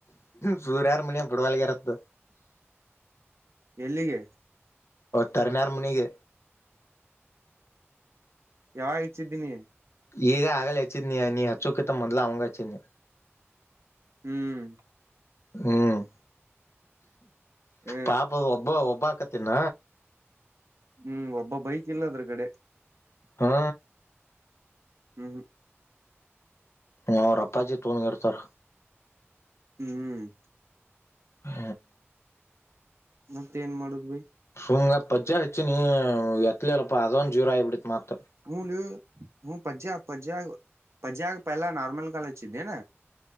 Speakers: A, on the left; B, on the right.
A: ಸೂರ ಯಾರ ಮನೆಯ ಪುಟಬಲ್ಗೆರದು
B: ಎಲ್ಲಿಗೆ
A: ತರ್ನಾರ ಮುನಿಗೆ
B: ಯಾವಾಗ ಇಚ್ಚಿದ್ದೀನಿ
A: ಈಗ ಆಗಲ ಹಚ್ಚಿದ್ನಿ ನೀ ಹಚ್ಚೋಕಿತ್ತ ಮೊದಲ ಅವಂಗ ಹಚ್ಚಿದ್ನಿ
B: ಹ್ಮ್
A: ಹ್ಮ್
B: ಹ
A: ಪಾಪ ಒಬ್ಬ ಒಬ್್ಬಾ ನ್ನ
B: ಹ್ಮ್ ಒಬ್ಬ ಬೈಕ್ ಇಲ್ಲ ಅದ್ರ ಕಡೆ
A: ಹಾ
B: ಹ್ಮ್ ಹ್ಮ್
A: ಹಾ ರಪ್ಪಾಜಿ ತೋೊಂಡಗೆರು ಸ
B: ಹ್ಮ್
A: ಹ
B: ಮತ್ತ ಏನ್ ಮಾಡುದ್ ಭೈ
A: ಹುಗಳ ಪಜ್ಜಾ ಹೆಚ್ಚು ನೀ ಎತ್ತ ಇಲ್ಲಪ್ಪ ಅದೊಂದು ಜೀೂರ ಆಿ ಬಿಡ್ಿತ ಮ ಮಾತ
B: ಹ ಹ ಪಜಾ ಪಜಾ ಪಜ ಪಹಲಾ ನೋರ್ಮಲ್ ಕಾಲಜ ಚಂತಿದೆ